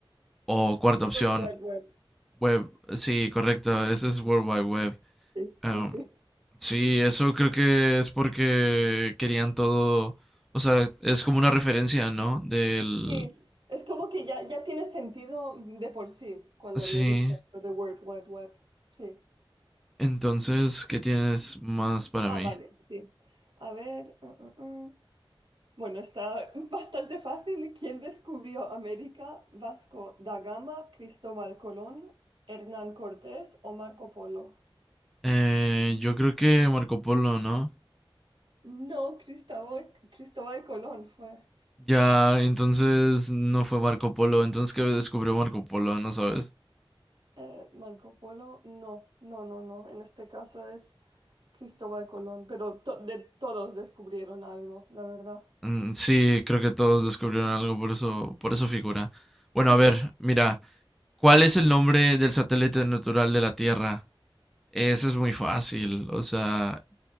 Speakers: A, in the centre; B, on the right.
A: O cuarta opción,
B: World Wide Web.
A: Web. Sí, correcto, eso es World Wide Web.
B: Sí, sí,
A: Um,
B: sí.
A: sí, eso creo que es porque querían todo. O sea, es como una referencia, ¿no? Del.
B: Sí, es como que ya, ya tiene sentido de por sí cuando
A: Sí.
B: lo dices, lo de World Wide Web. Sí.
A: Entonces, ¿qué tienes más para
B: Ah,
A: mí?
B: vale, sí. A ver. ah, ah, ah. Bueno, está <laughs> bastante fácil. ¿Quién descubrió América? Vasco da Gama, Cristóbal Colón, Hernán Cortés o Marco Polo?
A: Eh, yo creo que Marco Polo, ¿no?
B: No, Cristóbal, Cristóbal Colón fue.
A: Ya, entonces no fue Marco Polo. Entonces, ¿qué descubrió Marco Polo? ¿No sabes?
B: Eh, Marco Polo, no, no, no, no. En este caso es Cristóbal Colón, pero to- de todos descubrieron algo, la verdad.
A: Mm, sí, creo que todos descubrieron algo, por eso, por eso figura. Bueno,
B: Sí.
A: a ver, mira, ¿cuál es el nombre del satélite natural de la Tierra? Eso es muy fácil, o sea,